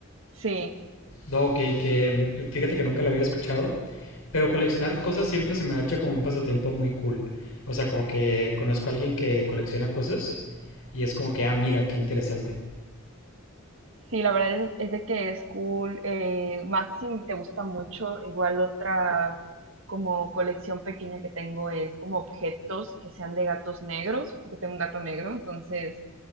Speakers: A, on the right; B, on the left.
A: Sí,
B: No, Ok, que fíjate que nunca lo había escuchado. Pero coleccionar cosas siempre se me ha hecho como un pasatiempo muy cool. O sea, como que conozco a alguien que colecciona cosas y es como que, ah, mira, qué interesante.
A: Sí, la verdad es, es de que es cool, eh, más si te gusta mucho, igual otra como colección pequeña que tengo es como objetos que sean de gatos negros, porque tengo un gato negro, entonces